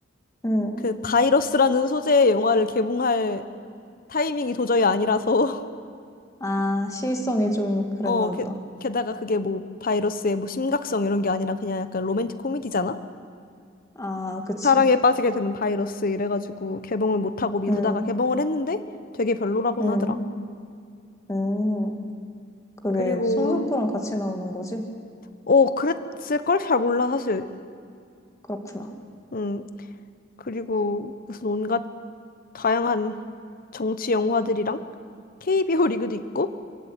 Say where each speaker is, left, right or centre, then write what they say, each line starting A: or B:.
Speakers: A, on the left (about 15°); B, on the left (about 50°).
A: 음.
B: 그 바이러스라는 소재의 영화를 개봉할 타이밍이 도저히 아니라서
A: 아, 시의성이 좀 그랬나
B: <laughs> 어 게,
A: 보다.
B: 게다가 그게 뭐 바이러스의 뭐 심각성 이런 게 아니라 그냥 약간 로맨틱 코미디잖아.
A: 아, 그치.
B: 사랑에 빠지게 되는 바이러스 이래가지고 개봉을 못하고 미루다가
A: 음,
B: 개봉을 했는데 되게 별로라고는
A: 음,
B: 하더라.
A: 음. 그게
B: 그리고
A: 손석구랑 같이 나오는 거지?
B: 어 그랬을걸? 잘 몰라 사실.
A: 그렇구나.
B: 음 그리고 무슨 온갖 다양한 정치 영화들이랑 KBO 리그도 있고